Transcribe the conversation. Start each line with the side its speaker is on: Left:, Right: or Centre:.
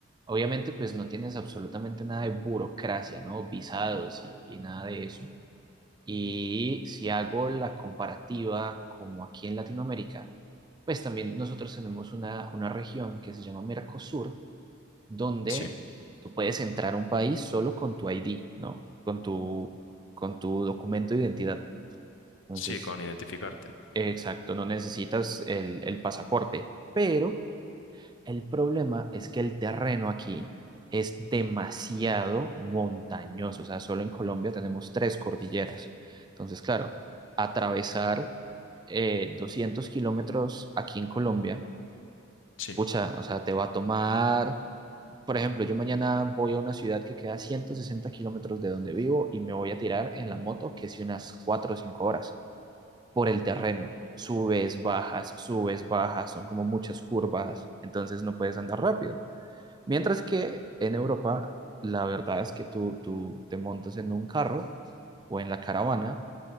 Right: obviamente, pues no tienes absolutamente nada de burocracia, ¿no? Visados y, y nada de eso. Y si hago la comparativa como aquí en Latinoamérica, pues también nosotros tenemos una, una región que se llama Mercosur donde
Left: sí,
Right: tú puedes entrar a un país solo con tu ID, ¿no? Con tu, con tu documento de identidad. Entonces,
Left: sí, con identificarte.
Right: exacto, no necesitas el, el pasaporte. Pero el problema es que el terreno aquí es demasiado montañoso. O sea, solo en Colombia tenemos tres cordilleras. Entonces, claro, atravesar eh, 200 kilómetros aquí en Colombia,
Left: Sí.
Right: pucha, o sea, te va a tomar por ejemplo, yo mañana voy a una ciudad que queda 160 kilómetros de donde vivo y me voy a tirar en la moto, que es unas 4 o 5 horas, por el terreno. Subes, bajas, subes, bajas, son como muchas curvas, entonces no puedes andar rápido. Mientras que en Europa, la verdad es que tú, tú te montas en un carro o en la caravana